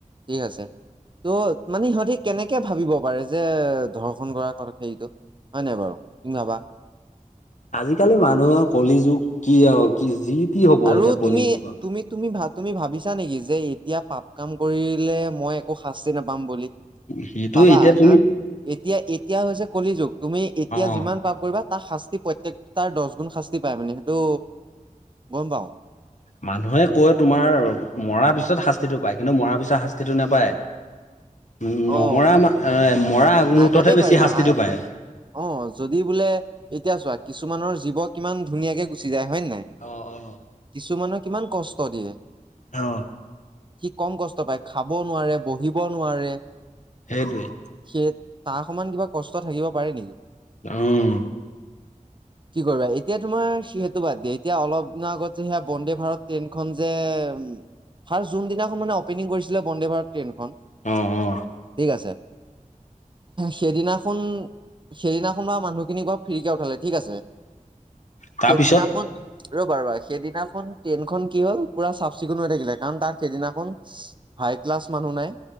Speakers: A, on the right; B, on the left.
A: ঠিক আছে। ত' মানে সিহঁতি কেনেকে ভাবিব পাৰে যে ধৰ্ষন কৰাৰ কথা হেৰিটো? হয় নাই বাৰু তুমি ভাবা?
B: আজিকালি মানুহৰ কলি যুগ কি আৰু কি যি টি হ'ব
A: আৰু
B: এতিয়া কলি
A: তুমি
B: যুগ আৰু
A: তুমি তুমি ভাত তুমি ভাবিছা নেকি যে এতিয়া পাপ কাম কৰিলে মই একো শাস্তি নাপাওঁ বুলি
B: সেইটো
A: পাবা
B: এতিয়া তুমি
A: কাৰণ এতিয়া এতিয়া হৈছে কলি যুগ তুমি এতিয়া
B: অ
A: যিমান পাপ কৰিবা তাৰ শাস্তি প্ৰত্যেকটাৰ দহ গুণ শাস্তি পায় মানে সেইটো গম পাও।
B: মানুহে কৈ তোমাৰ মৰা পিছত শাস্তিটো পায় কিন্তু মৰা পিছত শাস্তিটো নাপায়। উম নমৰা
A: অ
B: মৰা আগমুহূৰ্ততহে
A: আগতে
B: বেছি
A: পাৰিব
B: শাস্তিটো
A: আহ
B: পায়
A: অ যদি বোলে এতিয়া চোৱা কিছুমানৰ জীৱ কিমান ধুনীয়াকে গুচি যায় হয় নে নহয়
B: অ অ।
A: কিছুমানে কিমান কষ্ট দিয়ে
B: অ
A: সি কম কষ্ট কম কষ্ট পায় খাব নোৱাৰে বহিব নোৱাৰে।
B: সেইটোৱেই
A: সেই তাৰ সমান কিবা কষ্ট থাকিব পাৰে নেকি?
B: উম
A: কি কৰিবা এতিয়া তোমাৰ সিহেতু বাদ দিয়া এতিয়া অলপ দিনৰ আগত যে সেয়া বন্দে ভাৰত ট্ৰেইনখন যে উম ফাৰ্ষ্ট যোনদিনাখন মানে অপেনিং কৰিছিলে বন্দে ভাৰত ট্ৰেইনখন
B: অ অ
A: ঠিক আছে। সেইদিনাখন-সেইদিনাখন বা মানুহখিনিক বাৰু ফ্ৰীকে উঠালে ঠিক আছে।
B: তাৰপিছত
A: সেইদিনাখন ৰ'বা ৰবা সেইদিনাখন ট্ৰেইনখন কি হ'ল পুৰা চাফ-চিকুণ হৈ থাকিলে কাৰণ তাত সেইদিনাখন হাই ক্লাছ মানুহ নাই